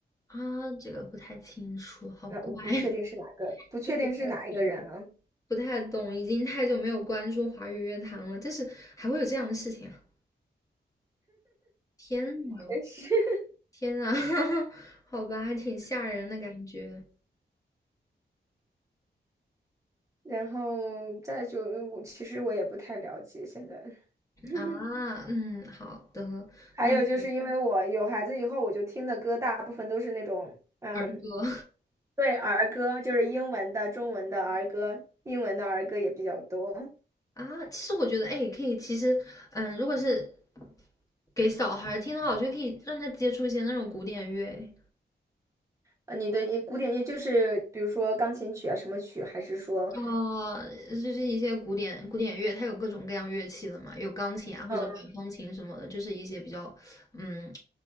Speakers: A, on the left; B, on the right.
A: 啊，这个不太清楚，好怪，
B: 那我不确定是哪个，
A: <laughs>
B: 不确定是哪一个人了，
A: 就不太懂，不太懂，已经太久没有关注华语乐坛了，但是还会有这样的事情啊！天呐，
B: 真是。<laughs>
A: 天呐，<laughs> 好吧，还挺吓人的感觉
B: 然后再就嗯我其实我也不太了解现在。<laughs>
A: 啊。嗯，好的，
B: 还有就是因为我有孩子以后，
A: 那个
B: 我就听的歌大部分都是那种，嗯，
A: 儿歌
B: 对，儿歌，就是英文的、中文的儿歌，英文的儿歌也比较多。
A: <laughs> 啊，其实我觉得，哎，可以，其实，嗯，如果是给小孩儿听的话，我觉得可以让他接触一些那种古典乐，
B: 呃，你的一古典乐就是比如说钢琴曲啊，什么曲，还是说，
A: 呃，就是一些古典古典乐，它有各种各样乐器的嘛，有钢琴啊或者管风琴什么的，
B: 嗯，
A: 就是一些比较，嗯，